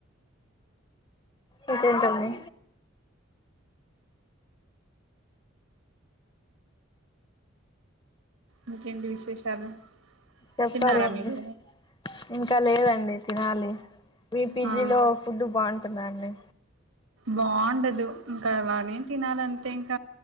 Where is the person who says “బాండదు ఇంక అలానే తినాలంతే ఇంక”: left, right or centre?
Right